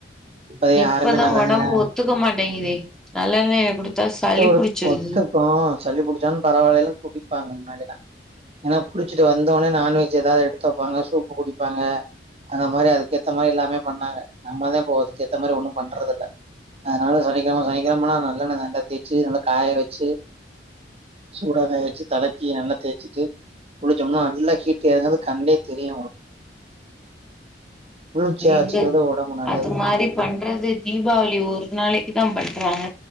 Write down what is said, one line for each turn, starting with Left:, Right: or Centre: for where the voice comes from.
Right: இப்பத
Centre: இப்பதா
Right: யாருமே நல்லண்ணு
Centre: ஒடம்பு
Right: இல்ல
Centre: ஒத்துக்க மாட்டேங்குதே நல்லெண்ணெய குடுத்தா சளி
Right: ஒரு
Centre: புடிச்சிருது
Right: ஒத்துக்கும் சல்லி புடிச்சாலும் பரவாயில்லனு எல்லும் குடிப்பாங்க முன்னாடி ஏன்னா குளிச்சிட்டு வந்தோடனே நான்வெஜ் ஏதாவது எடுத்து வப்பாங்க சூப் <unintelligible> குடிப்பாங்க அந்த மாரி அதுக்கேத்த மாரி எல்லாமே பண்ணாங்க நம்மதா இப்போ அதுக்கேத்த மாதிரி ஒண்ணும் பண்றது இல்லை அதனால சனிக்கிழம- சனிக்கிழமனா நல்லெண்ண <unintelligible> தேய்ச்சு நல்லா காய வச்சு சூடா காய வச்சு தலக்கி நல்லா தேய்ச்சிட்டு குளிச்சோனா நல்லா ஹீட்டு எறங்கறது கண்லயே தெரியு <unintelligible> குளிர்ச்சியா
Centre: இங்க
Right: வச்சுக்கிறது ஒடம்பு நல்லது
Centre: அது மாரி பண்றது தீபாவளி ஒரு நாளைக் தான் பண்றாங்க